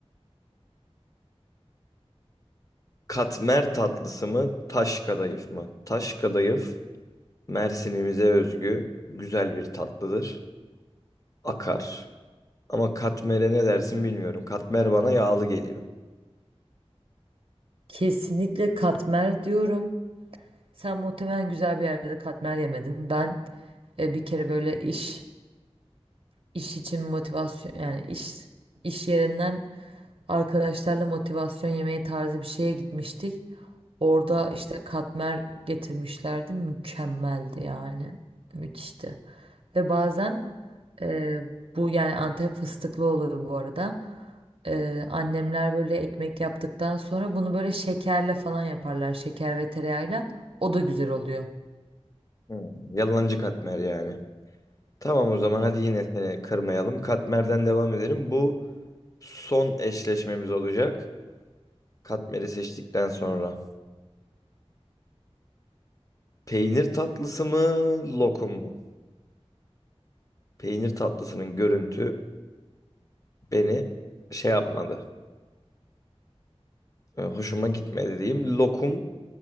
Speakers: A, on the left; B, on the right.
A: Katmer tatlısı mı taş kadayıf mı? Taş kadayıf Mersin'imize özgü güzel bir tatlıdır. Akar. Ama katmere ne dersin bilmiyorum. Katmer bana yağlı geliyor.
B: Kesinlikle katmer diyorum. Sen muhtemelen güzel bir yerde katmer yemedin. Ben e, bir kere böyle iş İş için motivasyon yani iş iş yerinden arkadaşlarla motivasyon yemeği tarzı bir şeye gitmiştik. Orada işte katmer getirmişlerdi. Mükemmeldi yani. Müthişti. Ve bazen e, bu yani Antep fıstıklı olur bu arada. E, annemler böyle ekmek yaptıktan sonra bunu böyle şekerle falan yaparlar. Şeker ve tereyağıyla. O da güzel oluyor.
A: Hmm, Yalancı katmer yani. Tamam o zaman hadi yine seni kırmayalım. Katmerden devam edelim. Bu son eşleşmemiz olacak. Katmeri seçtikten sonra. Peynir tatlısı mı, lokum mu? Peynir tatlısının görüntü beni şey yapmadı. e, Hoşuma gitmedi diyeyim. Lokum,